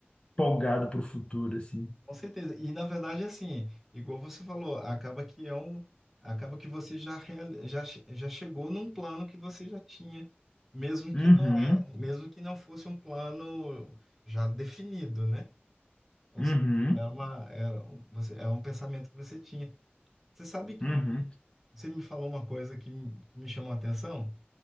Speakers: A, on the left; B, in the centre.
A: empolgado para o futuro, assim.
B: Com certeza. E na verdade, assim, igual você falou, acaba que é um, acaba que você já, real- já, che- já chegou num plano que você já tinha, mesmo que
A: Uhum,
B: não é, mesmo que não fosse um plano já definido, né? Ou
A: uhum,
B: seja, é uma, é, um- você, é um pensamento que você tinha. Você sabe que
A: uhum.
B: você me falou uma coisa que, me- que me chamou a atenção,